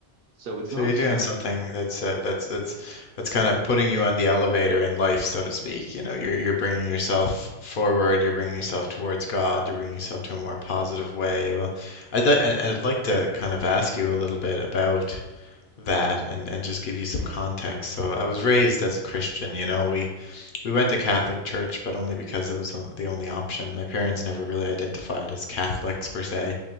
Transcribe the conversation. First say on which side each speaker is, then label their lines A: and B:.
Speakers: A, on the right; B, on the left.
A: so it's
B: So
A: not
B: you're
A: so
B: doing
A: much,
B: something that's uh, that's that's that's kind of putting you on the elevator in life, so to speak. You know, you're you're bringing yourself forward. You're bringing yourself towards God. You're bringing yourself to a more positive way. Well, I'd li- and I'd like to kind of ask you a little bit about. that and and just give you some context. So I was raised as a Christian, you know, we we went to Catholic church, but only because it was o- the only option. My parents never really identified as Catholics per se.